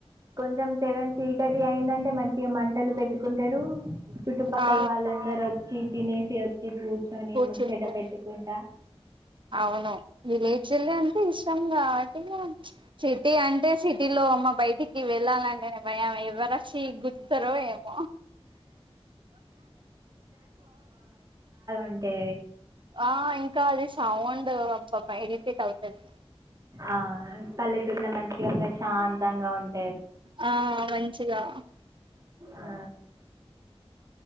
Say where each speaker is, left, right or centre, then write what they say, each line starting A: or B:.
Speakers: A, on the right (about 35°); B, on the right (about 50°).
A: కొంచెం సెవెన్ చీకటి అయిందంటే మంచిగా మ ట్టలు పెట్టుకుంటారు చుట్టుపక్కల
B: ఆ
A: వాళ్ళందరు వచ్చి తినేసి కూర్చొని
B: కూర్చుంటే
A: పెట్టుకుంటా
B: అవును విలేజ్ లో అంటే ఇష్టం కాబట్టి సిటీ అంటే సిటీలో అమ్మ బయటికి వెళ్ళాలంటే భయం ఎవర శ గుజ తరమ
A: అంటే
B: ఆ ఇంకా అది సౌండ్ పా ఎయిటీటీ థౌసండ్
A: ఆ పల్లెటూళ్ల మంచిగా ప్రశాంతంగా ఉంటు
B: ఆ మంచి ఇగా
A: ఆ!